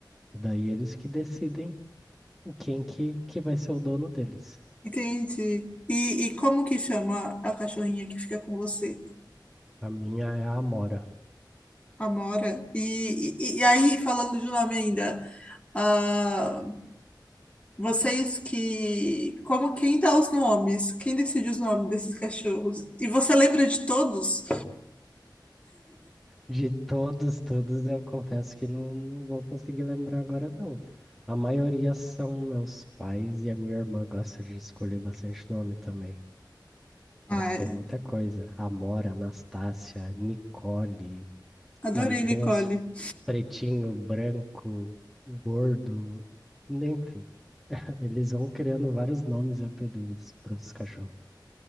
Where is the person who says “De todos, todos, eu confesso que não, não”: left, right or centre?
Centre